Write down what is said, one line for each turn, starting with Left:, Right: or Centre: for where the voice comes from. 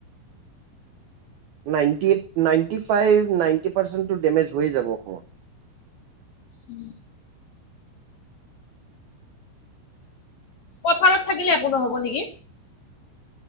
Right: ninety eight, ninety five ninety পাৰ্চেণ্টটো ডেমেজ হৈয়ে যাব অসমত।
Left: উম। পথাৰত থাকিলে একো নহ'ব নেকি?